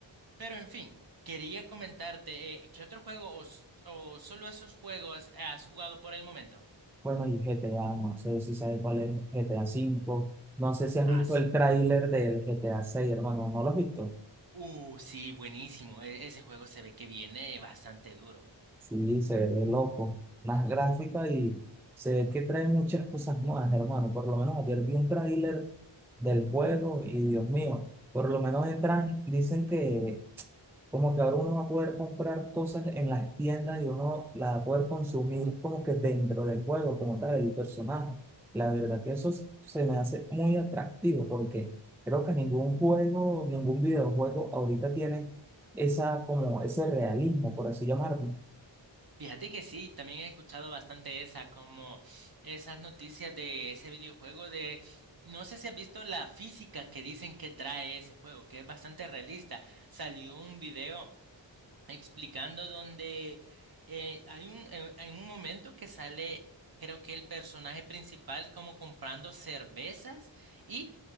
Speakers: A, on the right; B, in the centre.
A: pero en fin, quería comentarte, eh, ¿qué otro juego o, s- o solo esos juegos has jugado por el momento?
B: Bueno, y GTA, no sé si sabes cuál es GTA V. No sé si has
A: Ah,
B: visto
A: sí.
B: el tráiler del GTA 6, hermano. ¿No lo has visto?
A: Uh, sí, buenísimo. E- ese juego se ve que viene bastante duro.
B: Sí, se ve loco. Las gráficas y se ve que trae muchas cosas nuevas, hermano. Por lo menos ayer vi un tráiler del juego y Dios mío, por lo menos entran, dicen que como que ahora uno va a poder comprar cosas en las tiendas y uno la va a poder consumir como que dentro del juego, como tal, el personaje. La verdad que eso s- se me hace muy atractivo porque creo que ningún juego, ningún videojuego ahorita tiene esa, como ese realismo, por así llamarlo.
A: Fíjate que sí, también he escuchado bastante esa, como esas noticias de ese videojuego de, no sé si has visto la física que dicen que trae ese juego, que es bastante realista. Salió un video explicando donde eh, hay un, en, en un momento que sale, creo que el personaje principal como comprando cervezas y